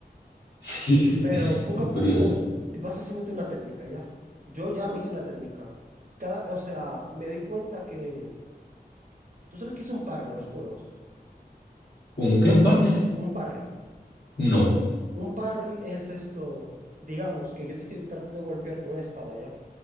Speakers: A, on the left; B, on the right.
A: <laughs> Sí,
B: Pero poco
A: muy
B: a
A: curioso.
B: poco te vas haciéndote una técnica, ¿ya? Yo ya me hice una técnica. Cada, o sea, me doy cuenta que... ¿Tú sabes qué es un parry en los juegos?
A: ¿Un qué? ¿Un partner?
B: Un parry.
A: No.
B: Un parry es esto, digamos, que yo te estoy tratando de golpear con una espada, ¿ya?